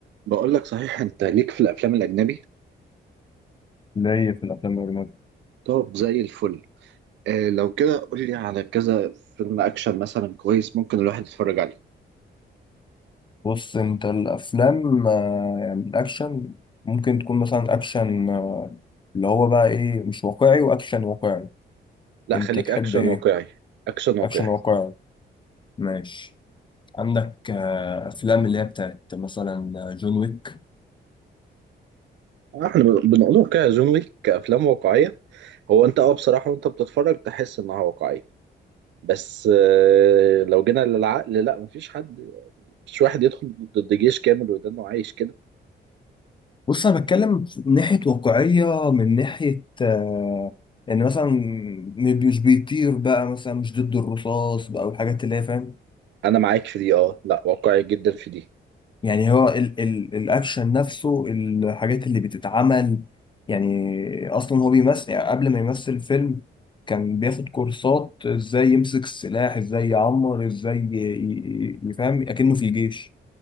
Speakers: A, on the right; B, on the left.
A: بقول لك صحيح انت ليك في الافلام الاجنبي
B: ليا في الافلام الاجنبي
A: طب زي الفل آه لو كده قول لي على كذا فيلم اكشن مثلا كويس ممكن الواحد يتفرج عليه
B: بص انت الافلام آه، يعني الاكشن ممكن تكون مثلا اكشن آه، اللي هو بقى ايه مش واقعي واكشن واقعي
A: لا
B: انت
A: خليك
B: تحب
A: اكشن
B: ايه
A: واقعي اكشن واقعي
B: اكشن واقعي ماشي عندك آه، افلام اللي هي بتاعت مثلا آه، جون ويك
A: احنا بن- بنقوله كده زومي كافلام واقعيه هو انت اه بصراحه وانت بتتفرج تحس انها واقعيه بس آه لو جينا للعقل لا مفيش حد مش واحد يدخل ضد جيش كامل ويضل إنه عايش كده
B: بص انا بتكلم من ناحيه واقعيه من ناحيه آه، يعني مثلا مش بيطير بقى مثلا مش ضد الرصاص بقى والحاجات اللي هي فاهم
A: انا معاك في دي اه لا واقعي جدا في دي
B: يعني هو ال ال الاكشن نفسه الحاجات اللي بتتعمل يعني اصلا هو بيمثل يعني قبل ما يمثل فيلم كان بياخد كورسات ازاي يمسك السلاح ازاي يعمر ازاي ي- ي- ي- يفهم اكنه في الجيش